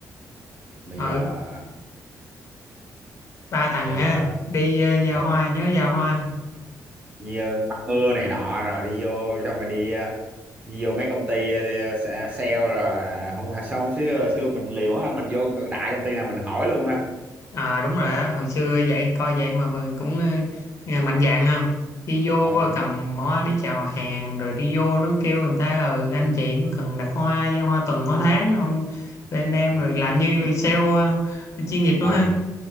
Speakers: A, on the right; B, on the left.
A: bây
B: rồi
A: giờ
B: ba thằng
A: giờ
B: ha đi ờ, giao
A: ừ.
B: hoa nhớ giao hoa
A: đi ờ, bắt mưa này nọ rồi đi vô xong rồi đi ờ, đi vô mấy công ty ờ, xe- sale rồi à, không à, xong xưa xưa mình liều ha mình vô đại công ty nào mình hỏi luôn ha
B: À, đúng rồi á, hồi xưa vậy coi vậy mà vẫn cũng ờ, nghe mạnh dạn không?
A: Dạ.
B: Đi vô
A: ừ.
B: ờ, cầm hoa đi chào hàng rồi đi vô nó kêu người ta ờ anh chị có cần đặt hoa giao hoa tuần hoa tháng không? Bên em
A: Ừ.
B: rồi làm như sale ờ, chuyên nghiệp luôn
A: à,
B: ha.